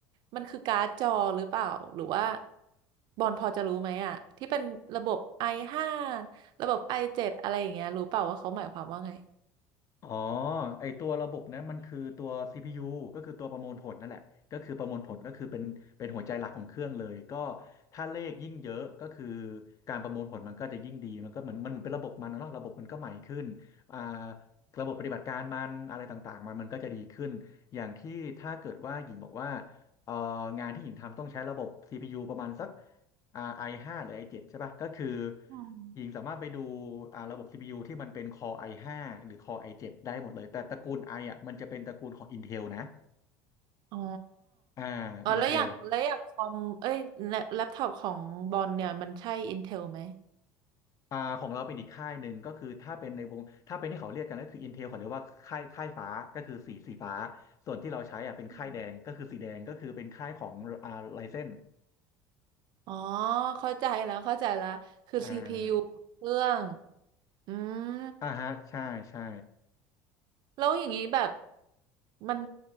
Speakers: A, on the right; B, on the left.
A: มันคือการ์ดจอหรือเปล่าหรือว่าบอลพอจะรู้ไหมอ่ะที่เป็นระบบ i ห้าระบบ i เจ็ดอะไรอย่างเงี้ยรู้เปล่าว่าเขาหมายความว่าไง
B: อ๋อไอตัวระบบนั้นมันคือตัว CPU ก็คือตัวประมวลผลนั่นแหละก็คือประมวลผลก็คือเป็นเป็นหัวใจหลักของเครื่องเลยก็ถ้าเลขยิ่งเยอะก็คือการประมวลผลมันก็จะยิ่งดีมันก็เหมือนมันเหมือนเป็นระบบมันนะเนาะระบบมันก็ใหม่ขึ้นอ่าระบบปฏิบัติการมันอะไรต่างๆมันมันก็จะดีขึ้นอย่างที่ถ้าเกิดว่าหญิงบอกว่าเอ่องานที่หญิงทำต้องใช้ระบบ CPU ประมาณสักอ่า i5 หาหรือไอเจ็ดใช่ป่ะก็คือ
A: อืม
B: หญิงสามารถไปดูอ่าระบบ CPU ที่มันเป็น Core i5 หาหรือ Core i7 ได้หมดเลยแต่ตระกูล i ออ่ะมันจะเป็นตระกูลของ Intel นะ
A: อ๋อ
B: อ่า
A: อ๋อ
B: Intel
A: แล้วอย่างแล้วอย่างคอมเอ้ยแล็ปแล็ปท็อปของบอลเนี่ยมันใช่ Intel ไหม
B: อ่าของเราเป็นอีกค่ายหนึ่งก็คือถ้าเป็นในวงถ้าเป็นที่เขาเรียกกันก็คือ Intel เขาเรียกว่าค่ายค่ายฟ้าก็คือสีสีฟ้าส่วนที่เราใช้อ่ะเป็นค่ายแดงก็คือสีแดงก็คือเป็นค่ายของอ่า
A: อืม
B: Ryzen
A: อ๋อเข้าใจแล้วเข้าใจแล้วคือ
B: อ่า
A: CPU ของเครื่อง อืม
B: อ่าฮะใช่ใช่
A: แล้วอย่างนี้แบบมัน